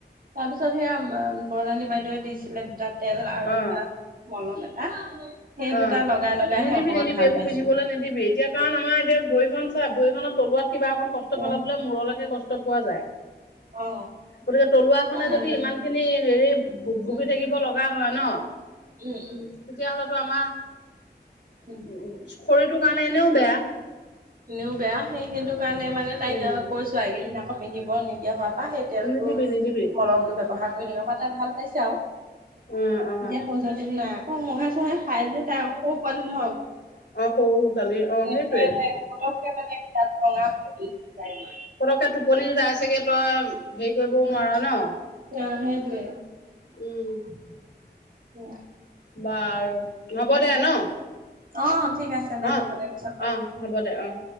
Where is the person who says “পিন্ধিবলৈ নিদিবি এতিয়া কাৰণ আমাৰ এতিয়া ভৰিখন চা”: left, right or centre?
Left